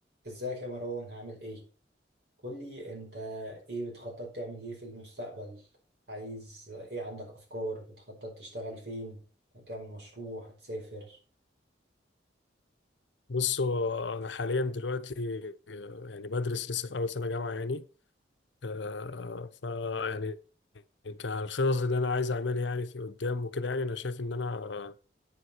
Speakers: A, on the right; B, on the left.
A: ازيك يا مروان هعمل ايه؟ قولي انت ايه بتخطط تعمل ايه في المستقبل؟ عايز ايه عندك افكار؟ بتخطط تشتغل فين؟ هتعمل مشروع؟ هتسافر؟
B: بصوا أنا حاليا دلوقتي آه، يعني بدرس لسه في أول سنة جامعة يعني آه، ف يعني كالخطط اللي أنا عايز أعملها يعني في قدام وكده يعني أنا شايف إن أنا آه،